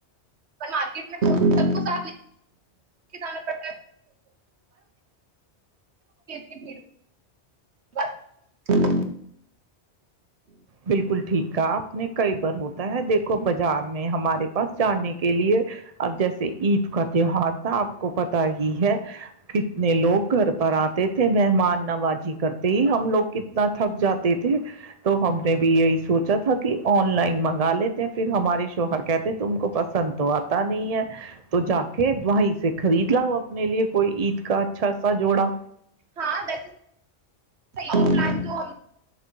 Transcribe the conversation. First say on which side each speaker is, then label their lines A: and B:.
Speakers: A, on the right (about 70°); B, on the right (about 40°).
A: مارکیٹ میں سب کو ساتھ ل ان پٹ <unintelligible> نی <unintelligible>
B: بالکل ٹھیک ہے آپ نے کئی بار ہوتا ہے دیکھو بازار میں ہمارے پاس جانے کے لیے اب جیسے عید کا تیوار آپ کو پتا ہی ہے ج <unintelligible> کتنے لوگ گھر پر آتے تھے مہمان نوازی کرتے ہی ہم لوگ کتنا تھک جاتے تھے تو ہم نے بھی یہی سوچا تھا کہ آن لائن مانگ گا لیتے ہیں پھر ہمارے شوہر کہتے ہیں تم کو پسند تو آتا نہیں ہے تو جا کے وہیں سے خرید لاؤ اپنے لیے کوئی عید کا اچھا سا جوڑا
A: ہاں ویسے <unintelligible>